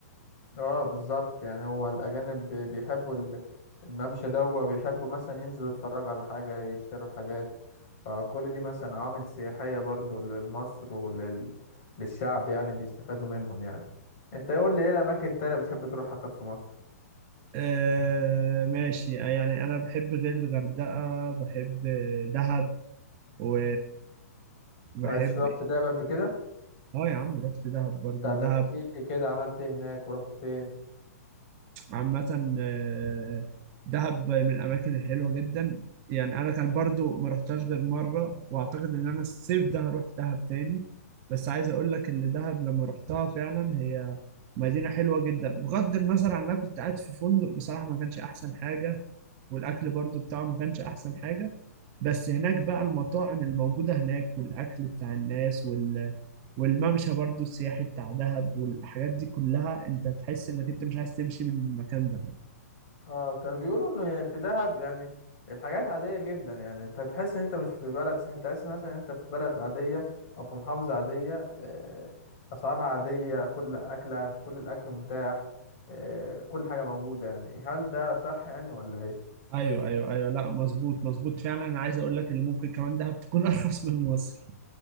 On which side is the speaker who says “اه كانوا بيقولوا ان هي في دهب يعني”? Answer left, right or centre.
Left